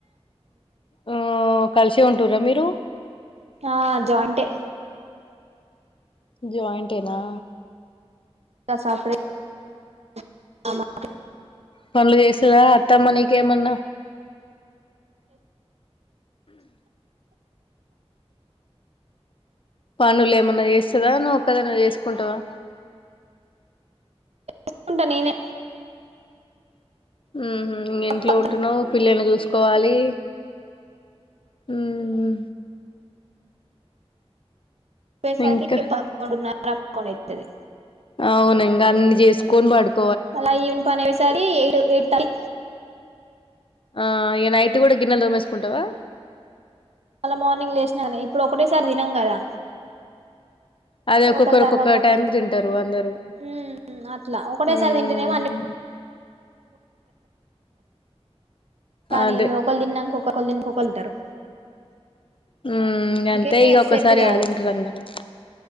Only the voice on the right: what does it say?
ఆ జాయింటే.
గ సపుడ్దేక్. <unintelligible>
చెస్కుంటా నేనే.
తను
పోయేసరికి
పదకొండున్నర్ రప్పుకొన్ ఏతది
అలా ఈవన్ పని ఓసారి ఎయిట్ ఎయిట్ థర్టీ
మళ్ళా మార్నింగ్ లేసిన గానీ ఇప్పుడు ఒకటేసారి తినం కదా.
ఒకళ
తర్వాత ఒకళ
ఉమ్ అట్లా ఒకటేసారి
తింటేనేమో అన్ని కానీ
ఒకళ్ తిన్నంక ఒకర్ ఒకలు తినంక ఒకలు తింటారు.
అందుకే
సెట్ కాదు